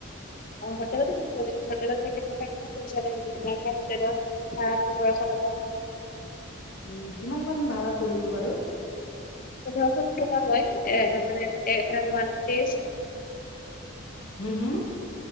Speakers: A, on the left; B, on the left.
A: অ হোটেলতো থাকিব লাগিব হোটেলত থাকিব কাৰণেও পইচা লাগিব তোমাৰ হোটেলত ভ <unintelligible>
B: উম কিমান মান ভাড়া পৰিব বাৰু
A: পোন্ধৰশ মান টকা হয়য় এ মানে ওৱান ডজ
B: হম হুম